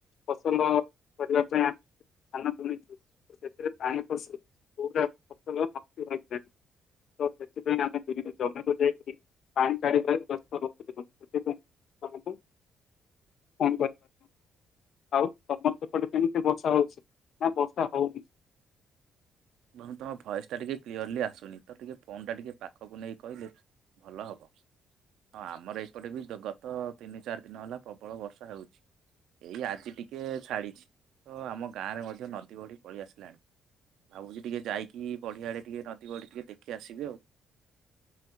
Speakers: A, on the left; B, on the right.
A: ଫସଲ କରିବା ପାଇଁ ଆ ଧାନ ବୁଣିଛୁ ସେଥିରେ ପାଣି ପସି ପୁରା ଫସଲନଷ୍ଟ ଲାଗିଲାଣି। ତ ସେଥିପାଇଁ ଆମେ ଜମିକୁ ଯାଇକି ପାଣି କାଢିବାରେ ବ୍ୟସ୍ତ ରହୁଛୁ। <inaudible> ଆଉ ତମର ସେପଟେ କେମିତି ବର୍ଷା ହଉଛି ନା ବର୍ଷା ହଉନି।
B: ବନ୍ଧୁ ତମ ଭଏସ ଟା ଟିକେ କ୍ଲିୟରଲି ଆସୁନି ତ ଟିକେ ଫୋନ ଟା ଟିକେଏ ପାଖକୁ ନେଇ କହିଲେ। ଭଲ ହବ। ହଁ ଆମର ଏପଟେ ବି ଗତ ତିନି ଚାରି ଦିନ ହେଲା ପ୍ରବଳ ବର୍ଷା ହେଉଛି। ଏଇ ଆଜି ଟିକେ ଛାଡ଼ିଛି ତ ଆମ ଗାଁରେ ମଧ୍ୟ ନଦୀ ବଢ଼ି ପଳଳେଇ ଆସିଲାଣି। ଭାବୁଛି ଟିକେ ଯାଇକି ବଢିଆଡେ ଟିକେ ନଦୀ ବଢି ଟିକେ ଦେଖି ଆସିବେ ଆଉ।